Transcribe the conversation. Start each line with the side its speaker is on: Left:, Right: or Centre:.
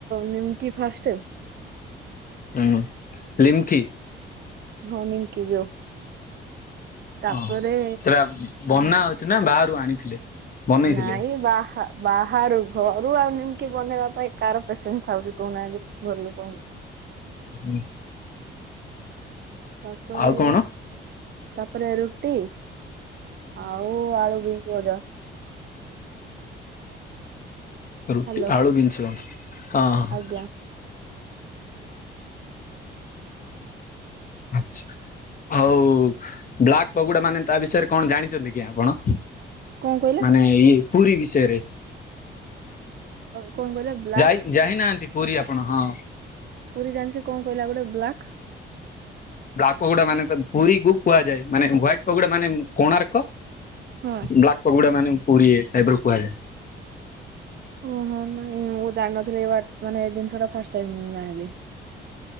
Right: ନିମକି ଫାଷ୍ଟ ଆଉ।
Left: ହୁଁ ନିିମ୍ଖି।
Right: ହଁ ନିମକି ଯୋଉ ତାପରେ
Left: ହଁ ସେଟା ବନା ହଉଛି ନା ବାହାରୁ ଆଣିଥିଲେ? ବନେଇଥିଲେ
Right: ନାଇଁ ବାହା ବାହାରୁ ଘରୁ ଆଉ ନିମକି ବନେଇବା ପାଇଁ କାହାର ପେସେନ୍ସ ଆଉଛି କହୁନାହାନ୍ତି। ଘର ଲୋକଙ୍କୁ।
Left: ହୁଁ।
Right: ତାପରେ
Left: ଆଉ କଣ
Right: ତାପରେ ରୁଟି ଆଉ ଆଳୁ ବିନ୍ସ ଭଜା।
Left: ରୁଟି
Right: ହ୍ୟାଲୋ
Left: ଆଳୁ ବିନ ଛୁଇଁ ହଁ ହିଁ।
Right: ଆଜ୍ଞା
Left: ଆଚ୍ଛା। ହଉ ବ୍ଲାକ୍ ପଗୋଡା ମାନେ ତା ବିଷୟରେ କଣ ଜାଣିଛନ୍ତି କି ଆପଣ?
Right: କଣ କହିଲେ?
Left: ମାନେ ଇଏ ପୁରୀ ବିଷୟରେ।
Right: କଣ କହିଲେ ବ୍ଲାକ୍
Left: ଯାଇ ଯାଇନାହାନ୍ତି ପୁରୀ ଆପଣ ହଁ।
Right: ପୁରୀ ଜାଣିଛି କଣ କହିଲ ଆଉଗୋଟେ ବ୍ଲାକ୍
Left: ବ୍ଲାକ୍ ପକୋଡା ମାନେ ପୁରୀ କୁ କୁହାଯାଏ ମାନେ ହ୍ୱାଇଟ ପକୋଡା ମାନେ କୋଣାର୍କ
Right: ହଁ
Left: ବ୍ଲାକ୍ ପଗୋଡା ମାନେ ପୁରୀ କୁ କୁହାଯାଏ।
Right: ଓହୋ ନାଇଁ ମୁଁ ଜାଣିିନଥିଲି ମାନେ ଏ ଜିନିଷ ଟା ଫାଷ୍ଟ ଟାଇମ ମୁ ଜାଣିଲି।